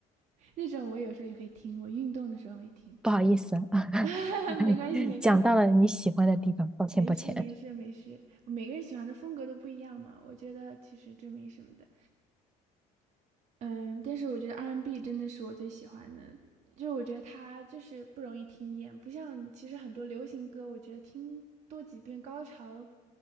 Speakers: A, on the right (about 50°); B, in the centre.
A: 那种我有时候也会听，我运动的时候会听。
B: 不好意思，<laughs>
A: <laughs> 没关系，没关系，
B: 讲到了你喜欢的地方，抱歉抱歉。
A: 没事没事没事。每个人喜欢的风格都不一样嘛，我觉得其实这没什么的。嗯，但是我觉得 R&B and B 真的是我最喜欢的，就我觉得它就是不容易听厌，不像其实很多流行歌，我觉得听多几遍高潮，